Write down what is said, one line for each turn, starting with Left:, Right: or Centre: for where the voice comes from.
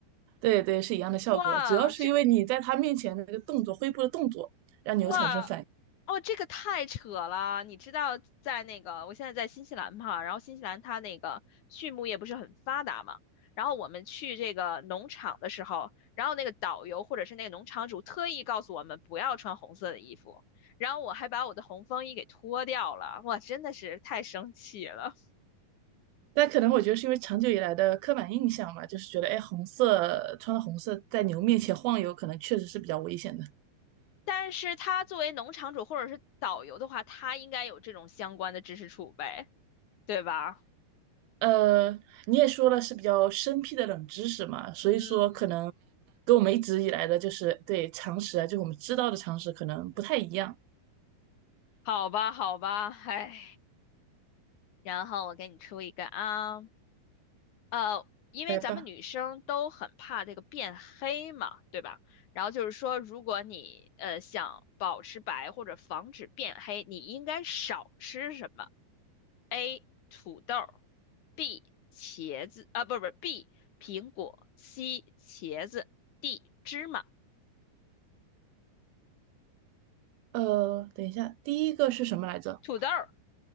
Right: 对对，是一样的效果，
Left: 哇，
Right: 主要是因为你在他面前的那个动作，
Left: 这
Right: 挥布的动作，让牛产生反应。
Left: 哇，哦，这个太扯了！你知道，在那个我现在在新西兰嘛，然后新西兰它那个畜牧业不是很发达嘛，然后我们去这个农场的时候，然后那个导游或者是那个农场主特意告诉我们不要穿红色的衣服，然后我还把我的红风衣给脱掉了，哇，真的是太生气了。
Right: 但可能我觉得是因为长久以来的刻板印象嘛，就是觉得哎，红色穿了红色在牛面前晃悠，可能确实是比较危险的。
Left: 但是他作为农场主或者是导游的话，他应该有这种相关的知识储备，对吧？
Right: 呃，你也说了是比较生僻的冷知识嘛，所以说可能
Left: 嗯，
Right: 跟我们一直以来的就是对常识啊，就我们知道的常识可能不太一样。
Left: 好吧，好吧，唉。然后我给你出一个啊，呃，因为咱们女生都很怕这个变黑嘛，
Right: 来吧，
Left: 对吧？然后就是说，如果你呃想保持白或者防止变黑，你应该少吃什么？A. 土豆儿，B. 茄子，啊，不不，B. 苹果，C. 茄子，D. 芝麻。
Right: 呃，等一下，第一个是什么来着？
Left: 土豆儿，